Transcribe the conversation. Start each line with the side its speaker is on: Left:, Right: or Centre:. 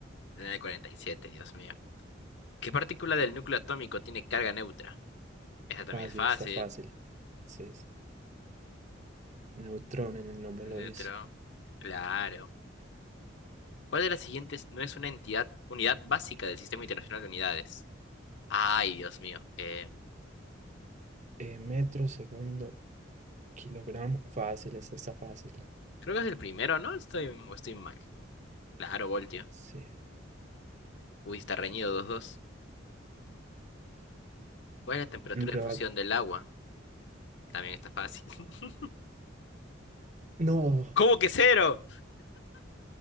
Left: En el 47, Dios mío. ¿Qué partícula del núcleo atómico tiene carga neutra? Esa también
Right: fácil,
Left: es fácil.
Right: está fácil. Sí, sí. Neutrón en el nombre
Left: El
Right: lo
Left: neutro.
Right: dice.
Left: Claro. ¿Cuál de las siguientes no es una entidad, unidad básica del Sistema Internacional de Unidades? Ay, Dios mío. Em,
Right: eh, metro segundo kilogramo. Fácil, esta está fácil.
Left: creo que es el primero, ¿no? Estoy, o estoy mal. Claro, voltio.
Right: Sí.
Left: Uy, está reñido 2-2. ¿Cuál es la temperatura
Right: Mm, proba
Left: de fusión del agua? También está fácil. <laughs>
Right: No,
Left: ¿Cómo que cero?